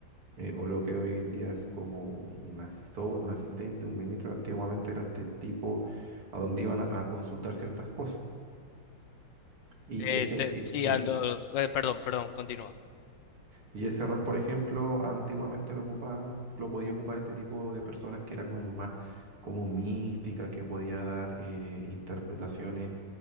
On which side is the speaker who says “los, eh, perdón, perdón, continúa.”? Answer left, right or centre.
Left